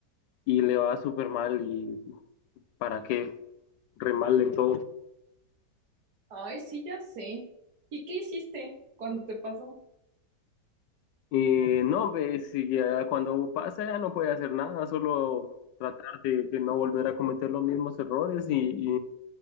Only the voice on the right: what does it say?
ay, sí, ya sé. ¿Y qué hiciste cuando te pasó?